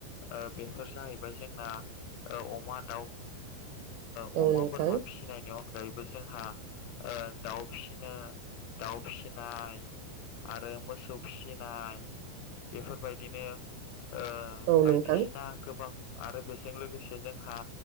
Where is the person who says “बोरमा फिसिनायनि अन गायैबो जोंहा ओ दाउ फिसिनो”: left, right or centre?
Left